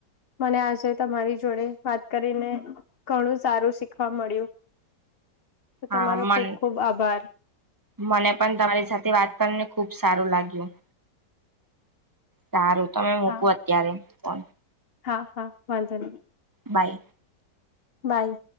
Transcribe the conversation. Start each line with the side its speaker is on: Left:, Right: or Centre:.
Left: મને આજે તમારી જોડે વાત કરીને ઘણું સારું શીખવા મળ્યું <inaudible>
Right: હા મન
Left: ખુબ ખુબ આભાર
Right: મને પણ તમારી સાથે વાત કરીને ખુબ સારું લાગ્યું સારું તમે મૂકું
Left: હા
Right: અત્યારે ફન
Left: હા હા વાંધો નહી
Right: બાય
Left: બાય